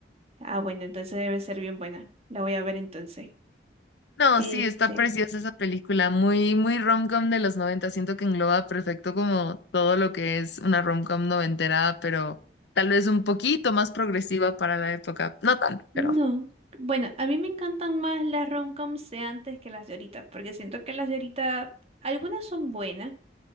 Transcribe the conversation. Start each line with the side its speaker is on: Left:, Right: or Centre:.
Right: Ah, bueno, entonces debe ser bien buena. La voy a ver entonces.
Left: No,
Right: Este.
Left: sí, está preciosa esa película, muy, muy rom-com de los 90. Siento que engloba perfecto como todo lo que es una rom-com noventera, pero tal vez un poquito más progresiva para la época. No tan,
Right: No.
Left: pero
Right: Bueno, a mí me encantan más las rom-coms de antes que las de ahorita, porque siento que las de ahorita, algunas son buenas,